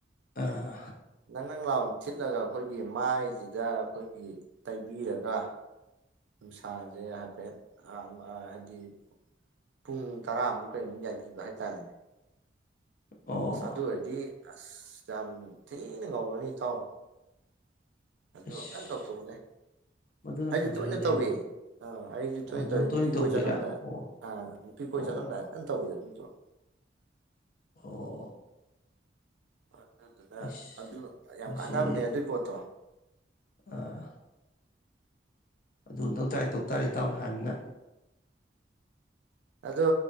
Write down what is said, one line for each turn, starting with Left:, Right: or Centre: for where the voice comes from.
Left: ꯑꯥ
Right: ꯅꯪ ꯅꯪ ꯂꯥꯎ ꯊꯤꯠꯂꯒ ꯑꯩꯈꯣꯏꯒꯤ ꯃꯥꯏꯁꯤꯗ ꯑꯩꯈꯣꯏꯒꯤ ꯇꯩꯕꯤꯔꯒꯥ ꯅꯨꯡꯁꯥꯁꯦ ꯍꯥꯏꯐꯦꯠ ꯍꯥꯏꯗꯤ ꯄꯨꯡ ꯇꯔꯥꯃꯨꯛ ꯀꯩꯃꯨꯛ ꯌꯥꯏꯕꯤꯕ ꯍꯥꯏꯇꯥꯔꯦꯅꯦ
Left: ꯑꯣ
Right: ꯑꯁ ꯑꯗꯨꯔꯗꯤ ꯑꯁ ꯌꯥꯝ ꯊꯤꯅ ꯉꯧꯔꯅꯤ ꯏꯇꯥꯎ ꯑꯗꯨ
Left: ꯑꯁ
Right: ꯑꯃꯇꯪ ꯇꯧꯊꯣꯛꯎꯅꯦ
Left: ꯃꯗꯨꯅ
Right: ꯑꯩꯁꯨ
Left: ꯐꯗꯣꯏꯔꯅꯦ
Right: ꯇꯣꯏꯅ ꯇꯧꯋ‌ꯦ
Left: ꯑꯩꯕꯣ
Right: ꯑꯥ ꯑꯩꯖꯨ ꯊꯣꯏꯅ
Left: ꯑꯣ ꯅꯪ
Right: ꯇꯧꯋ‌ꯦ
Left: ꯇꯣꯏꯅ
Right: ꯅꯨꯄꯤ
Left: ꯇꯧꯕꯩꯔꯥ
Right: ꯀꯣꯏ ꯆꯠꯂꯝꯗꯥꯏ
Left: ꯑꯣ
Right: ꯑꯥ ꯅꯨꯄꯤ ꯀꯣꯏ
Left: ꯑꯣ
Right: ꯆꯠꯂꯝꯗꯥꯏ ꯇꯧꯋꯦ ꯑꯗꯨꯗꫭ
Left: ꯑꯣ
Right: ꯑꯗꯨꯗꯨꯅꯥ
Left: ꯑꯁ
Right: ꯑꯗꯨ ꯌꯥꯝ
Left: ꯃꯁꯤ
Right: ꯀꯥꯟꯅꯕꯅꯦ ꯑꯗꯨꯏ ꯄꯣꯠꯇꯣ
Left: ꯑꯥ ꯑꯗꯨ ꯑꯝꯇꯪ ꯇ꯭ꯔꯥꯏ ꯇꯧ ꯇꯥꯔꯦ ꯏꯇꯥꯎꯅ ꯍꯥꯏꯕꯅꯤꯅ
Right: ꯑꯗꯣ